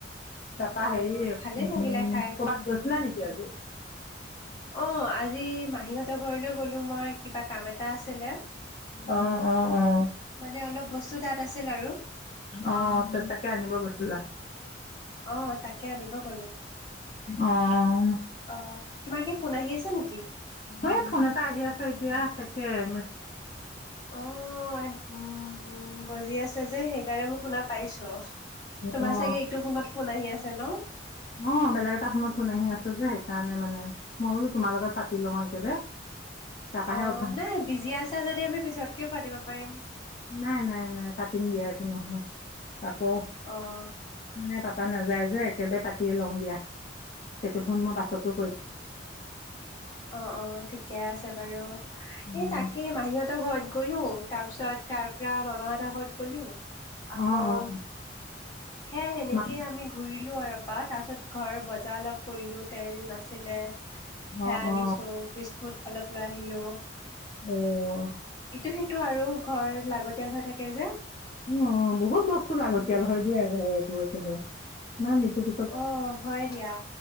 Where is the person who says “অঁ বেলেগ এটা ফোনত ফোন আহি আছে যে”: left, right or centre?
Left